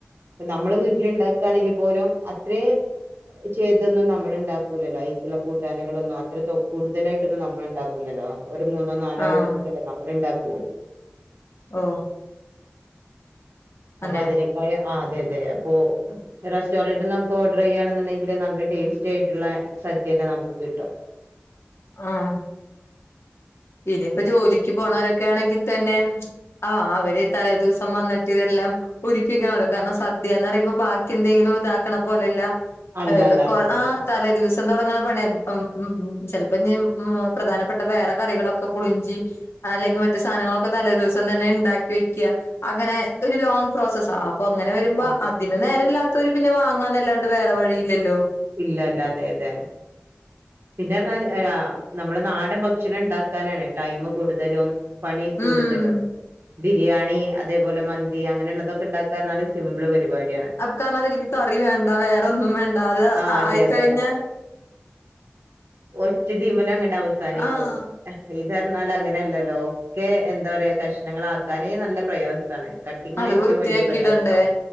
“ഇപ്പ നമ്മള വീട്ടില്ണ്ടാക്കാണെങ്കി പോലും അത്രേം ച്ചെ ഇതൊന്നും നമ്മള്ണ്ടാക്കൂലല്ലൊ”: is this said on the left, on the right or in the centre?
Right